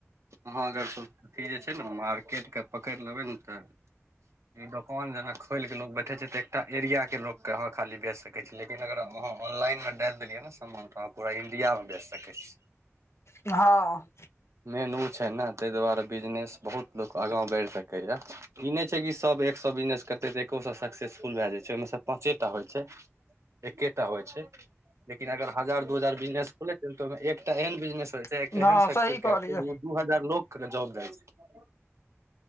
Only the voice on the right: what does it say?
अहाँ अगर अथी जे छै ने मार्केट के पकड़ि लेबै ने तऽ ई दुकान जेना खोल के लोग बैठे छै ते एकटा एरिया के लोग कहाँ खाली बेच सकै छियै लेकिन अगर अहाँ ऑनलाइनमे डालि देलियै ने समान तऽ अहाँ पूरा इण्डिया में बेच सकै छीयै
मेन ओ छै ने तइ दुआरे बिजनेस बहुत लोक आगाँ बढ़ि सकैए ई नइ छै कि सब एक सौ बिजनेस करतै तऽ एको सौ सक्सेसफुल भए जाइ छै ओइमेसे पाँचे टा होइ छै एकेटा होइ छै लेकिन अगर हजार दू हजार बिजनेस खोेले एकटा एहन बिजनेस होइ छै
एकटा एहन सक्सेस
कए छै ओ दू हजार लोक के जॉब जाइ छै